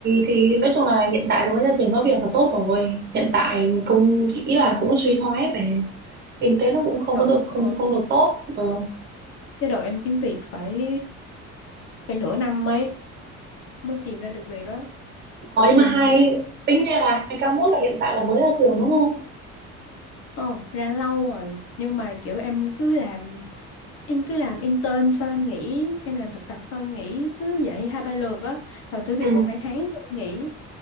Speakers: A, on the right (about 35°); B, on the left (about 50°).
A: thì nói chung là hiện tại là mới ra trường có việc là tốt rồi hiện tại công nghĩ là cũng suy thoái về kinh tế nó cũng không
B: Trời
A: có được không
B: ơi,
A: không được tốt Ờ.
B: cái đợt em kiếm việc phải phải nửa năm mấy mới tìm ra được việc á.
A: Ờ,
B: Ồ
A: nhưng mà
B: kinh.
A: hai
B: này.
A: tính ra là hai k 1 là hiện tại là mới ra trường đúng không?
B: Ờ, ra lâu rồi nhưng mà kiểu em cứ làm em cứ làm intern sau em nghỉ em làm thực tập sau em nghỉ cứ vậy hai ba lượt á rồi thử việc
A: Ừ,
B: một hai tháng rồi em nghỉ